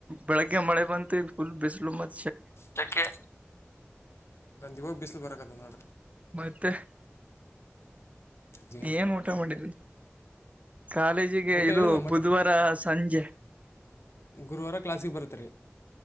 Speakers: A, on the right; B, on the left.
A: ಬೆಳಗ್ಗೆ ಮಳೆ ಬಂತು ಈಗ ಫುಲ್ ಬಿಸಿಲು ಮತ್ತೆ
B: ಶೇಕೆ ಈವಾಗ ಬಿಸಲು ಬರಕತದ ನೋಡ
A: ಮತ್ತೆ
B: ಜಿಗೆ
A: ಏನ್ ಊಟ ಮಾಡಿದ್ರಿ ಕಾಲೇಜಿಗೆ
B: ಊಟ
A: ಇದು
B: ಹೇಳಿಲ್ಲ ಮಟನ್
A: ಬುಧವಾರ ಸಂಜೆ
B: ಗುರುವಾರ ಕ್ಲಾಸಿಗೆ ಬರ್ತೀರಾ